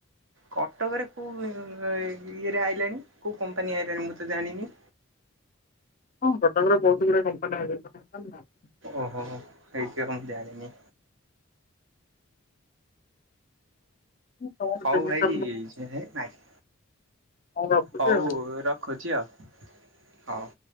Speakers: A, on the right; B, on the left.
A: କଟକରେ କୋଉ ଇଏରେ ଆଇଲାଣି। କୋଉ କମ୍ପାନୀ ଆଇଲାଣି ମୁଁ ତ ଜାଣିନି?
B: ହଁ କଟକରେ ବହୁତ ଗୁଡାଏ କମ୍ପାନୀ ଆଇଲେଣି। <unintelligible>
A: ଓହୋ ହେଇଥିବ ମୁଁ ଜାଣିିନି।
B: <inaudible>
A: ସବୁ
B: କେମିକାଲ
A: ଖାଇ ହେଇ
B: ମୁଁ
A: ଯାଇଛି ହେ ନାଇଁ।
B: ରଖୁଛି
A: ହୋଉ
B: ଆଉ।
A: ରଖୁଚି ଆଉ ହୋଉ।